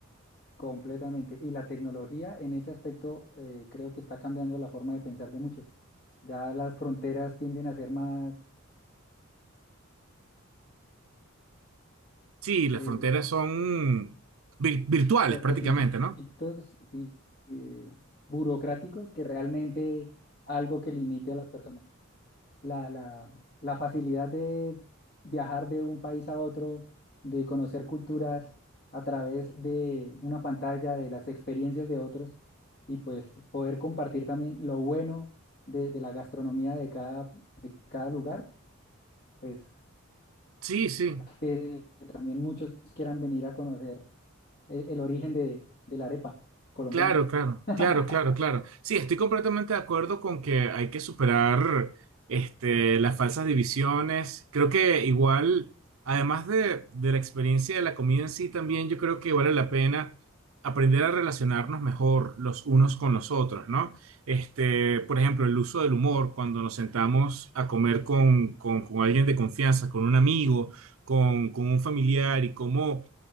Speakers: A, on the left; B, on the right.
A: Completamente. Y la tecnología en ese aspecto eh, creo que está cambiando la forma de pensar de muchos. Ya las fronteras tienden a ser más
B: Sí, las
A: eh,
B: fronteras son vir- virtuales
A: requisitos
B: prácticamente, ¿no?
A: y, eh, burocráticos que realmente algo que limite a las personas. La, la, la facilidad de viajar de un país a otro, de conocer culturas a través de una pantalla, de las experiencias de otros y pues poder compartir también lo bueno de, de la gastronomía de cada, de cada lugar, pues
B: Sí, sí.
A: que también muchos quieran venir a conocer el, el origen de, de la arepa colombiana.
B: Claro, claro,
A: <laughs>
B: claro, claro, claro. Sí, estoy completamente de acuerdo con que hay que superar este, las falsas divisiones. Creo que igual, además de, de la experiencia de la comida en sí, también yo creo que vale la pena aprender a relacionarnos mejor los unos con los otros, ¿no? Este, por ejemplo, el uso del humor cuando nos sentamos a comer con, con, con alguien de confianza, con un amigo, con, con un familiar y cómo